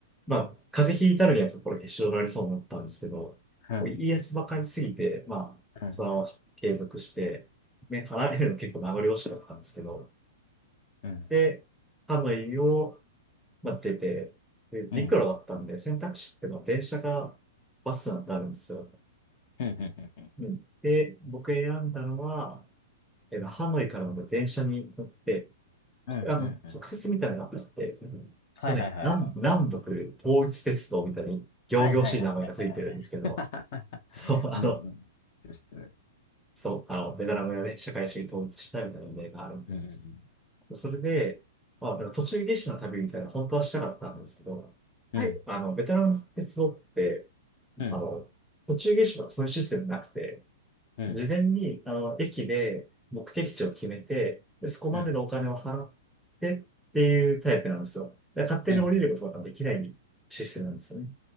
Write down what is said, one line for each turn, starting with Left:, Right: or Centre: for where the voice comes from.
Centre: まあ、風邪ひいたのには心へし折られそうになったんですけど、
Left: うん、
Centre: もういいやつばかりすぎて、まあ、
Left: うん、
Centre: そのまま継続して、ね、離れるの結構名残惜しかったんですけど、
Left: うん、
Centre: で、ハノイを、まあ、出て、で、
Left: うん。
Centre: 陸路だったんで、選択肢っていうのは電車がバスなんてあるんですよ。
Left: うんうんうんうん。
Centre: うんで、僕選んだのは、えーハノイからの電車に乗って、こあの、
Left: うんうんうん。
Centre: 国鉄みたいなのがあって、ちょっ
Left: はいはいはいはい。
Centre: とね、南、南北
Left: と思います。
Centre: 統一鉄道みたいに、仰々しい名前がついてるんですけど、
Left: はいはいはいはい。<laughs>
Centre: そう、あの、
Left: うんうん。失してる知ってる。
Centre: そう、あの、ベトナムがね、社会主義統一したみたいな例があるみたいなんです
Left: うん
Centre: それで、まあ、あの途中下車の旅みたいな、本当はしたかったんですけど、
Left: うん
Centre: はい、あの、ベトナムの鉄道って、
Left: うん。うん
Centre: あの、途中下車がそういうシステムなくて、
Left: うん
Centre: 事前に、あの、駅で目的地を決めて、でそこまでのお金を払ってっていうタイプなんですよ。
Left: うん
Centre: で勝手に降りることができないシステムなんですよね。
Left: うんうん